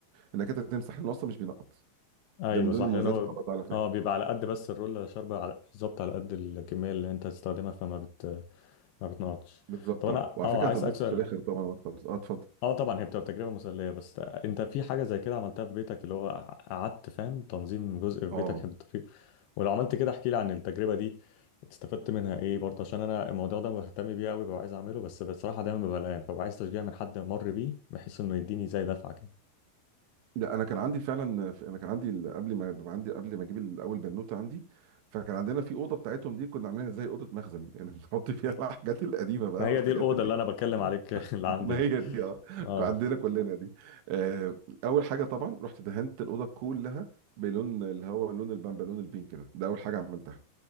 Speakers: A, on the right; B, on the left.
A: انك انت تمسح لانه اصلا مش بينقط
B: ايوه
A: ده من ضمن
B: صح
A: مميزات
B: لان هو
A: الطبق ده على فكره
B: اه بيبقى على قد بس الرولة شاربة على بالظبط على قد الكمية اللي انت هتستخدمها فما بت ما بتنقطش
A: بالظبط
B: طب انا
A: اه وعلى
B: اه
A: فكره
B: عايز
A: هتتبسط
B: اسالك سؤال
A: في الاخر طبعا لما تخلص اه اتفضل
B: اه طبعا هي بتبقى تجربة مسلية بس انت في حاجة زي كده عملتها في بيتك اللي هو قعدت فاهم تنظيم جزء في
A: اه
B: بيتك بالطريقة ولو عملت كده احكي لي عن التجربة دي استفدت منها ايه برضه عشان انا الموضوع ده بهتم بيه قوي ببقى عايز اعمله بس بصراحة دايما ببقى قلقان فببقى عايز تشجيع من حد مر بيه بحيث انه يديني زي دفعة كده
A: لا انا كان عندي فعلا انا كان عندي ال- قبل ما ما عندي قبل ما اجيب الاول بنوته عندي فكان عندنا في اوضه بتاعتهم دي كنا عاملينها زي اوضه مخزن <laughs> يعني بنحط فيها الحاجات القديمه بقى
B: ما هي
A: والحاجات
B: دي الأوضة
A: اللي
B: اللي انا بتكلم عليك <laughs>
A: <laughs>
B: اللي عندي
A: ما
B: دي
A: هي دي اه
B: اه
A: كان عندنا كلنا دي آه اول حاجه طبعا رحت دهنت الاوضه كلها بلون اللي هو لون البامبا لون البينك ده ده اول حاجه عملتها